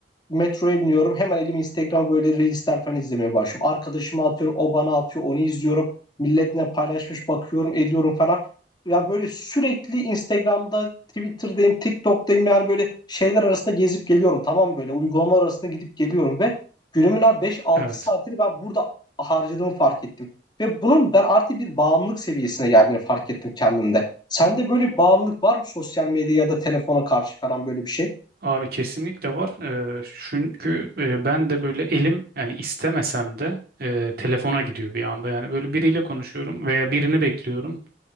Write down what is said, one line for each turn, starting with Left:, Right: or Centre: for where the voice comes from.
Left: metroya biniyorum hemen elimi Instagram böyle reelsler falan izlemeye başlıyorum. Arkadaşıma atıyorum o bana atıyor onu izliyorum milletle paylaşmış bakıyorum ediyorum falan. Yani böyle sürekli Instagram'da, Twitter'dayım, TikTok'tayım yani böyle şeyler arasında gezip geliyorum. Tamam böyle uygulamalar arasında gidip geliyorum ve günümün abi 5-6
Right: Evet.
Left: saatini ben burada harcadığımı fark ettim. Ve bunun ben artık bir bağımlılık seviyesine geldiğini fark ettim kendimde. Sende böyle bir bağımlılık var mı sosyal medya ya da telefona karşı falan böyle bir şey?
Right: Abi kesinlikle var. Ee, çünkü e, ben de böyle elim yani istemesem de e, telefona gidiyor bir anda. Yani böyle biriyle konuşuyorum veya birini bekliyorum.